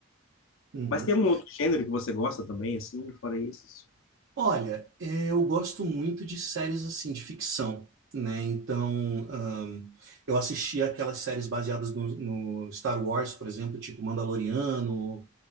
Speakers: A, on the right; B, on the left.
A: Uhum.
B: Mas tem um outro gênero que você gosta também, assim, fora esses?
A: Olha, é, eu gosto muito de séries assim, de ficção, né? Então, ahn, eu assisti aquelas séries baseadas no, no Star Wars, por exemplo, tipo Mandaloriano,